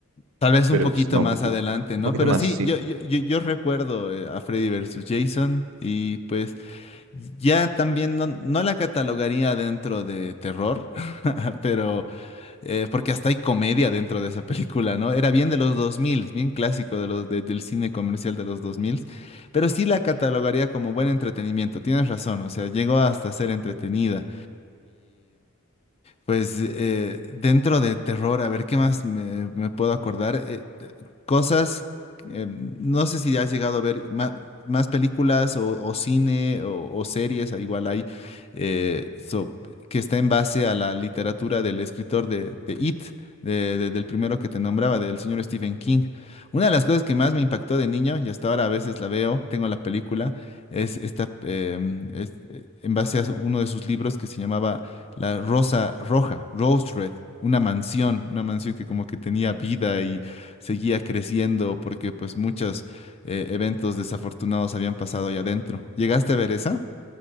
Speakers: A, on the left; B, on the right.
A: Tal vez un
B: pero
A: poquito
B: es- no,
A: más
B: un poquito,
A: adelante, ¿no?
B: un poquito
A: Pero
B: más,
A: sí,
B: sí.
A: yo, yo, yo, yo recuerdo eh, a Freddy versus Jason y pues Ya también no, no la catalogaría dentro de terror, <laughs> pero eh, porque hasta hay comedia dentro de esa película, ¿no? Era bien de los 2000, bien clásico de los, de- del cine comercial de los dos mil pero sí la catalogaría como buen entretenimiento, tienes razón, o sea, llegó hasta ser entretenida. Pues eh, dentro de terror, a ver qué más me, me puedo acordar. Eh, t- cosas, eh, no sé si has llegado a ver ma- más, películas o, o cine o, o series, ah, igual hay, eh, so- que está en base a la literatura del escritor de, de It, de- de- del primero que te nombraba, del señor Stephen King. Una de las cosas que más me impactó de niño, y hasta ahora a veces la veo, tengo la película, es esta, em, es- eh, en base a uno de sus libros que se llamaba la rosa roja, Rose Red, una mansión, una mansión que como que tenía vida y seguía creciendo porque pues muchos eh, eventos desafortunados habían pasado allá adentro. ¿Llegaste a ver esa?